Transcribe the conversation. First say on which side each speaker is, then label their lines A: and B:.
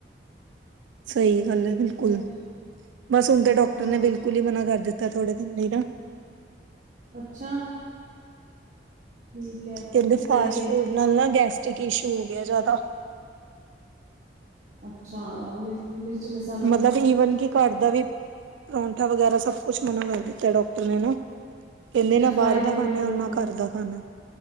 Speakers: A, on the right; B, on the right.
A: ਸਹੀ ਗੱਲ ਹੈ ਬਿਲਕੁਲ
B: ਹਮ,
A: ਬਸ ਹੁਣ ਤਾਂ ਡਾਕਟਰ
B: ਹਾਂ,
A: ਨੇ ਬਿਲਕੁਲ ਹੀ ਮਨਾ ਕਰ ਦਿੱਤਾ ਥੋੜੇ ਦਿਨ ਲਈ ਨਾ
B: ਅੱਛਾ ਠੀਕ ਹੈ
A: ਕਹਿੰਦੇ
B: ਨਹੀਂ
A: ਫਾਸਟ
B: ਸਹੀ ਹੈ।
A: ਫੂਡ ਨਾਲ ਨਾ ਗੈਸਟ੍ਰਿਕ ਇਸ਼ੂ ਹੋ ਗਿਆ ਜ਼ਿਆਦਾ
B: ਅੱਛਾ ਮਿਰਚ ਮਸਾਲਾ
A: ਮਤਲਬ ਈਵਨ ਕਿ ਘਰ ਦਾ ਵੀ ਪਰੌਠਾ ਵਗੈਰਾ ਸਭ ਕੁਛ ਮਨਾ ਕਰ ਦਿੱਤਾ ਡਾਕਟਰ ਨੇ ਨਾ ਕਹਿੰਦੇ
B: ਅੱਛਾ
A: ਨਾ
B: ਫਰਾਈਡ
A: ਬਾਹਰ ਦਾ ਖਾਣਾ
B: ਬਿਲਕੁਲ ਮਨਾ,
A: ਨਾ ਘਰ ਦਾ ਖਾਣਾ